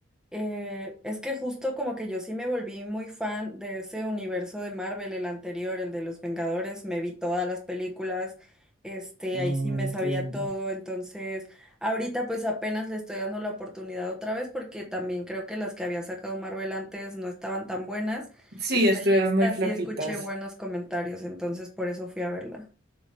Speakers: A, in the centre; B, on the right.
A: Eh, es que justo como que yo sí me volví muy fan de ese universo de Marvel, el anterior, el de los Vengadores, me vi todas las películas, este,
B: No
A: ahí sí me
B: entiendo.
A: sabía todo, entonces ahorita pues apenas le estoy dando la oportunidad otra vez porque también creo que las que había sacado Marvel antes no estaban tan buenas
B: Sí,
A: y
B: estuvieron
A: de esta
B: muy flojitas.
A: sí escuché buenos comentarios, entonces por eso fui a verla.